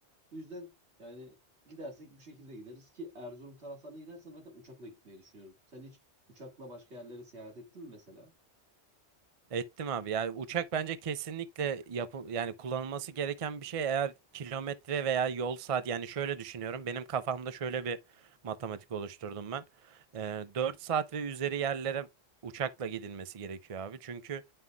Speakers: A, on the right; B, on the right.
A: Bu yüzden yani gidersek bu şekilde gideriz ki Erzurum taraflarına gidersen zaten uçakla gitmeyi düşünüyorum. Sen hiç Uçakla başka yerlere seyahat ettin mi mesela?
B: Ettim abi. Yani uçak bence kesinlikle yapı yani kullanılması gereken bir şey eğer kilometre veya yol saat yani şöyle düşünüyorum. Benim kafamda şöyle bir matematik oluşturdum ben. Ee, 4 saat ve üzeri yerlere uçakla gidilmesi gerekiyor abi. Çünkü